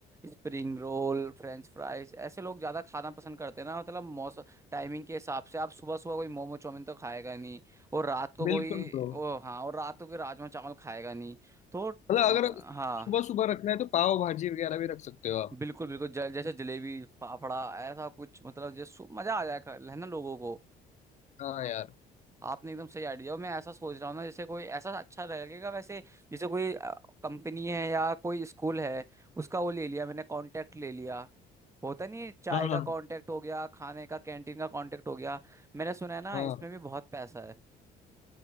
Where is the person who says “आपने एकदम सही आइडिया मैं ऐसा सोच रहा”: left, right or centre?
Right